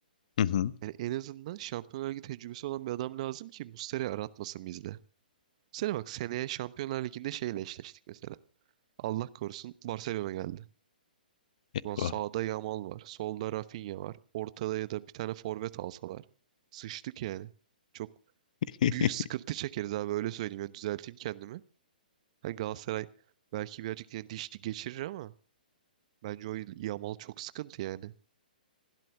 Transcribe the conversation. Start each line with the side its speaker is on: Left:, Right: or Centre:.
Left: Hı hı.
Right: Yani en azından Şampiyonlar Ligi tecrübesi olan bir adam lazım ki Muslera'yı aratmasın bizde. Sene bak seneye Şampiyonlar Ligi'nde şeyle eşleştik mesela. Allah korusun Barcelona geldi.
Left: Eyvah.
Right: Ulan sağda Yamal var, solda Rafinha var. Ortada ya da bir tane forvet alsalar. Sıçtık yani. Çok
Left: <laughs>
Right: büyük sıkıntı çekeriz abi öyle söyleyeyim. Yani düzelteyim kendimi. Hani Galatasaray belki birazcık yani diş geçirir ama bence o Yamal çok sıkıntı yani.